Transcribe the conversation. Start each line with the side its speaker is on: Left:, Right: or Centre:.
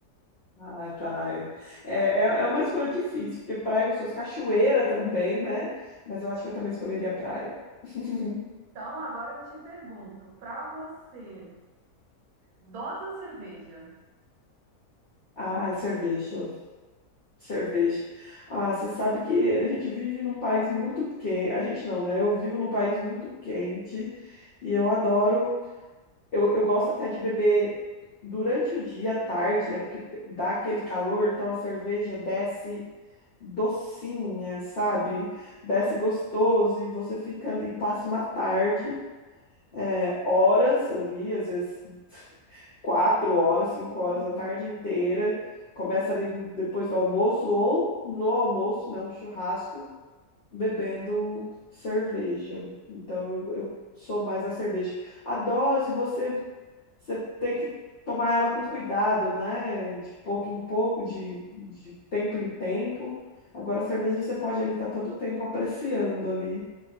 Left: Ah, tá. É, é, é uma escolha difícil, porque praia é gostoso, cachoeira também, né? Mas eu acho que eu também escolheria praia. <laughs>
Right: Então, agora eu te pergunto, pra você, dose ou cerveja?
Left: Ai, cerveja, cerveja. Ah, você sabe que a gente vive num país muito quente. A gente não, né? Eu vivo num país muito quente e eu adoro. Eu, eu gosto até de beber durante o dia, à tarde, né? Porque dá aquele calor, então a cerveja desce docinha, sabe? Desce gostoso e você fica ali, passa uma tarde, é, horas ali, às vezes quatro horas, cinco horas,
Right: <laughs>
Left: a tarde inteira. Começa ali depois do almoço ou no almoço, né? Um churrasco, bebendo cerveja. Então eu eu sou mais a cerveja. A dose, você você tem que tomar ela com cuidado, né? De pouco em pouco, de, de tempo em tempo. Agora, a cerveja você pode ali estar todo o tempo apreciando ali